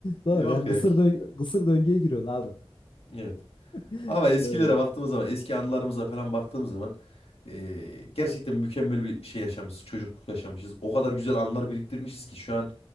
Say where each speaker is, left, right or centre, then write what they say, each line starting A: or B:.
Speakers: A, on the left; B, on the left.
A: Doğru
B: Yok
A: ya kısır,
B: ya.
A: döng kısır döngüye giriyordu abi.
B: Evet.
A: <laughs>
B: Ama eskilere
A: Öyle.
B: baktığımız zaman, eski anılarımıza falan baktığım zaman eee, gerçekten mükemmel bir şey yaşamışız, çocukluk yaşamışız. O kadar güzel anılar biriktirmişiz ki şu an